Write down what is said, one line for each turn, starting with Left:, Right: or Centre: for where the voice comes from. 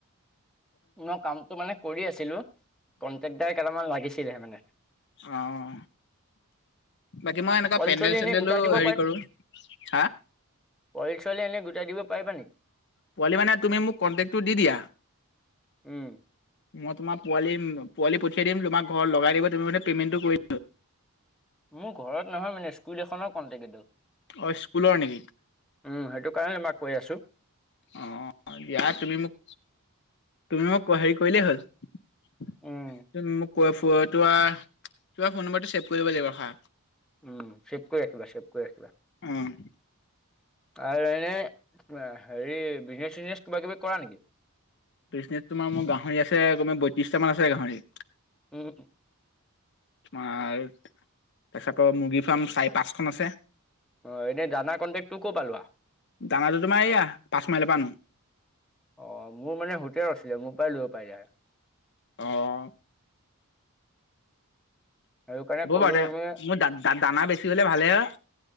Centre: মই কামটো মানে কৰি আছিলো, কনট্ৰেক্টাৰ কেইটামান লাগিছিলে হে মানে।
Left: আহ। বাকী মই এনেকুৱা
Centre: পোৱালি
Left: পেণ্ডেল
Centre: ছোৱালী
Left: চেডেলো
Centre: এনেই গোটাই দিব
Left: হেৰি কৰো, হা?
Centre: পচলে এনে গোটাই দিব পাৰিবা নে?
Left: পোৱালি মানে তুমি মোক কন্টেক্টটো দি দিয়া।
Centre: উম
Left: মই তোমাৰ পোৱালি পঠায় দিম, তোমাৰ ঘৰত লগায় দিব, তুমি মানে পেমেণ্টতো কৰি দিলে
Centre: মোৰ ঘৰত নহয় মানে স্কুল এখনৰ কণ্টেক্ট এইটো।
Left: অ' স্কুলৰ নেকি?
Centre: উম, সেইটো কাৰণে আমাক কৈ আছো।
Left: অ' দিয়া তুমি মোক, তুমি মোক হেৰি কৰিলেই হ'ল।
Centre: উম
Left: মোক ক ত তাৰ ফোন নম্বৰটো চছেভ কৰিব লাগিব হা।
Centre: উম ছেভ কৰি ৰাখিবা, ছেভ কৰি ৰাখিবা।
Left: উম।
Centre: আৰু এনে হেৰি বিজনেচ চিজনেচ কিবা কিবি কৰা নেকি?
Left: বিজনেজ তোমাৰ মোৰ গাহৰি আছে, তোমাৰ পত্ৰিছটা মান আছে গাহৰি।
Centre: উম।
Left: তোমাৰ, তাৰপিছতৰ মুৰ্গী ফাৰ্ম চাৰি পাঁচখন আছে।
Centre: অ' এনে জানা কন্টেক্টটো ক'ত পালোৱা?
Left: দানাটো তোমাৰ এয়া পাঁচ মাইলৰ পৰা আনো
Centre: অ' মোৰ মানে হোটেল আছিলে মোৰ পৰায় লব পাৰিলা হয়।
Left: অ'।
Centre: সেইটো কাৰণে
Left: হ'ব
Centre: ক'লো
Left: বাৰ দে,
Centre: তুমি
Left: মোৰ দানা বেছি হলে ভালে হে।